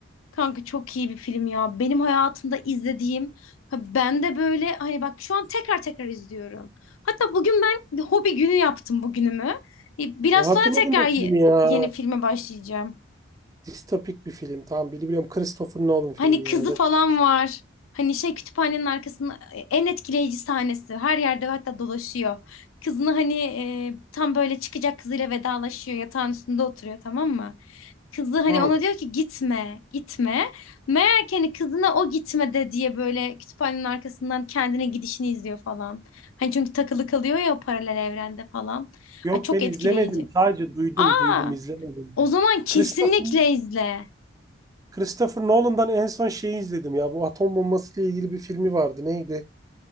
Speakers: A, on the left; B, on the right.
A: Kanka çok iyi bir film ya. Benim hayatımda izlediğim ha ben de böyle hani bak şu an tekrar tekrar izliyorum. Hatta bugün ben bir hobi günü yaptım bugünümü. E, Biraz
B: Hatırladım
A: sonra tekrar
B: bu
A: ye-
B: filmi ya.
A: yeni filme başlayacağım.
B: Distopik bir film. Tamam bili- biliyorum. Christopher Nolan filmi
A: Hani kızı
B: ya. Zaten.
A: falan var. Hani şey kütüphanenin arkasında en etkileyici sahnesi. Her yerde hatta dolaşıyor. Kızını hani e, tam böyle çıkacak kızıyla vedalaşıyor. Yatağın üstünde oturuyor tamam mı? Kızı hani
B: Hmm.
A: ona diyor ki gitme, gitme. Meğer ki hani kızına o gitme de diye böyle kütüphanenin arkasından kendine gidişini izliyor falan. Hani çünkü takılı kalıyor ya o paralel evrende falan.
B: Yok
A: Ay, çok
B: ben
A: etkileyici.
B: izlemedim. Sadece duydum.
A: Aa,
B: Duydum izlemedim.
A: o zaman kesinlikle
B: Christopher,
A: izle.
B: Christopher Nolan'dan en son şeyi izledim ya. Bu atom bombası ile ilgili bir filmi vardı. Neydi?